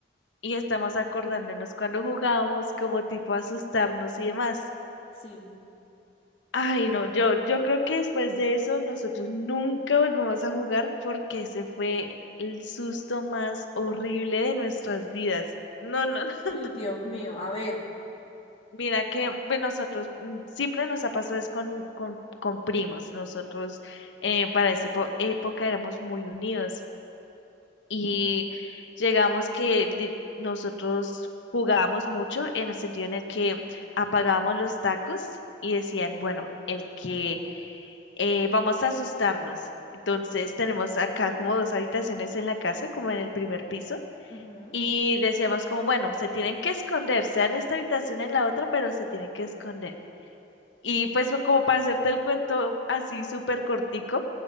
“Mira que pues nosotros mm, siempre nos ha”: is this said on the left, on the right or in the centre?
Left